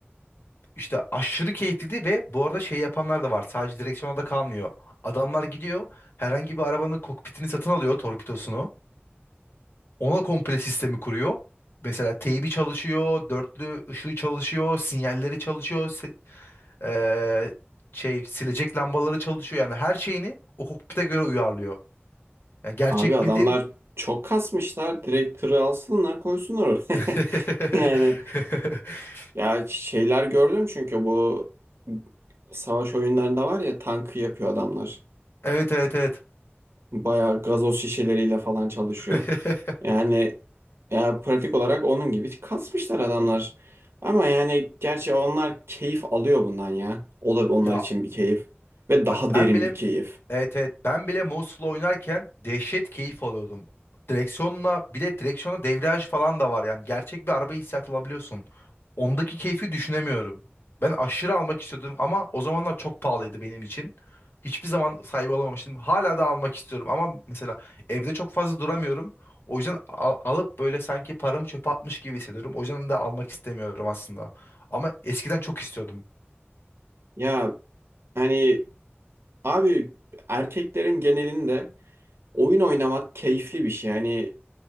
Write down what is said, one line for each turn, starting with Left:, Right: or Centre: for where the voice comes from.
Left: İşte aşırı keyifliydi ve bu arada şey yapanlar da var. Sadece direksiyona da kalmıyor. Adamlar gidiyor herhangi bir arabanın kokpitini satın alıyor torpidosunu. Ona komple sistemi kuruyor. Mesela teybi çalışıyor, dörtlü ışığı çalışıyor, sinyalleri çalışıyor, se- eee, şey silecek lambaları çalışıyor. Yani her şeyini o kokpite göre uyarlıyor. Yani gerçek
Right: Abi adamlar
Left: bildiğin
Right: çok kasmışlar. Direkt tırı alsınlar koysunlar oraya.
Left: <laughs>
Right: <laughs> Yani ya şeyler gördüm çünkü bu savaş oyunlarında var ya tankı yapıyor adamlar.
Left: Evet evet evet.
Right: Bayağı gazoz şişeleriyle falan çalışıyor.
Left: <laughs>
Right: Yani ya pratik olarak onun gibi kasmışlar adamlar. Ama yani gerçi onlar keyif alıyor bundan ya. O da onlar
Left: Ya
Right: için bir keyif. Ve daha
Left: Bak
Right: derin
Left: ben bile
Right: bir keyif.
Left: evet evet ben bile Mouse'la oynarken dehşet keyif alıyordum. Direksiyonla bir de direksiyona debriyaj falan da var. Yani gerçek bir araba hissiyatı alabiliyorsun. Ondaki keyfi düşünemiyorum. Ben aşırı almak istiyordum ama o zamanlar çok pahalıydı benim için. Hiçbir zaman sahibi olamamıştım. Hala da almak istiyorum ama mesela evde çok fazla duramıyorum. O yüzden al- alıp böyle sanki paramı çöpe atmış gibi hissediyorum. O yüzden de almak istemiyorum aslında. Ama eskiden çok istiyordum.
Right: Ya hani abi erkeklerin genelinde oyun oynamak keyifli bir şey. Hani